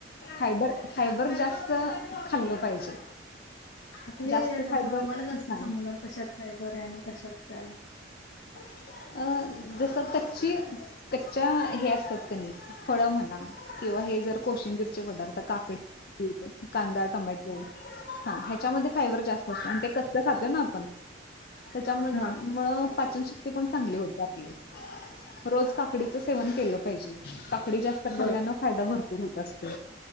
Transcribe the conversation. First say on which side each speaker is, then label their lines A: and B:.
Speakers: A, on the left; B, on the left.
A: फायबर फायबर जास्त खाल्लं पाहिजे.
B: आता ते
A: जास्त फायबर
B: आता आम्हाला कस
A: हा
B: समजणार कशात फायबरय आणि कशात? काय
A: अ जसं कच्ची कच्च्या हे असतात कणी फळं म्हणा किंवा हे जर कोशिंबीर चे पदार्थ आता काकडी कांदा टो टोमॅटो हा ह्याच्यामध्ये फायबर जास्त असतो आणि ते कच्च खातो ना आपण त्याच्यामुळे
B: हा
A: पाचनशक्ती पण चांगली होत्या आपली रोज काकडीच सेवन केलं पाहिजे काकडी जास्त खाल्ल्यान
B: बर
A: फायदा भरतो बहत असते